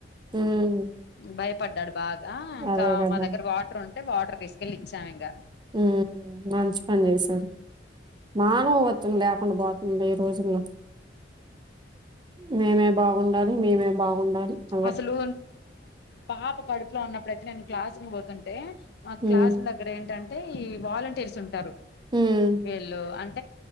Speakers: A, on the right (about 25°); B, on the left (about 65°).
A: హ్మ్.
B: భయపడ్డాడు బాగా ఇంకా
A: అదే గదా!
B: మా దగ్గర వాటర్ ఉంటే వాటర్ తీసుకెళ్లి ఇచ్చాం. ఇంకా
A: ఉ మంచి పని చేసారు. మానవత్తం లేకుండా పోతుంది. ఈ రోజుల్లో మేమే బాగుండాలి మేమే బాగుండాలి. అదే.
B: అసలు పాప కడుపులో ఉన్నప్పుడయితే నేను క్లాస్కి పోతుంటే మా
A: హ్మ్.
B: క్లాస్ దగ్గర ఏంటంటే ఈ వాలంటీర్స్ ఉంటారు.
A: హ్మ్.
B: వీళ్ళు అం